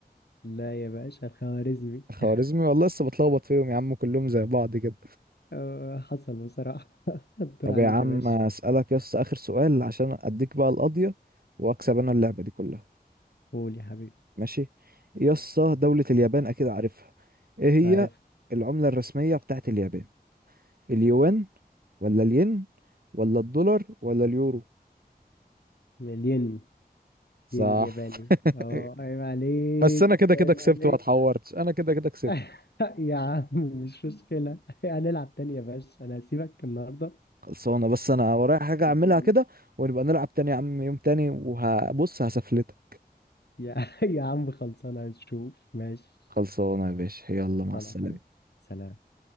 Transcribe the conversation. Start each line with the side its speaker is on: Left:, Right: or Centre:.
Left: لا يا باشا الخوارزمي
Right: خوارزمي
Left: <laughs>
Right: والله لسه بتلخبط فيهم يا عم كلهم زي بعض كده
Left: آه، حصل بصراحة <laughs> الدور
Right: طب
Left: عليك
Right: يا عم
Left: يا باشا
Right: اسالك يس اخر سؤال عشان اديك بقى القضيه واكسب انا اللعبه دي كلها
Left: قول يا حبيبي
Right: ماشي يس دوله اليابان اكيد عارفها ايه هي
Left: عارف
Right: العمله الرسميه بتاعت اليابان اليوان ولا الين ولا الدولار ولا اليورو
Left: مليون
Right: صح
Left: مليون الياباني
Right: <laughs>
Left: اه عيب عليك
Right: بس انا كده كده
Left: عيب
Right: كسبت
Left: عليك
Right: ما اتحورتش انا كده كده كسبت
Left: <laughs> يا عم مش مشكلة <laughs> هنلعب تاني يا باشا أنا هسيبك النهاردة
Right: خلصانه بس انا ورايا حاجه
Left: خلصان
Right: اعملها كده ونبقى نلعب تاني يا عم يوم تاني وهبص هسفلتك
Left: يا <laughs> يا عم خلصان هنشوف ماشي
Right: خلصانه يا باشا يلا مع
Left: أنا
Right: السلامه
Left: حبيبي سلام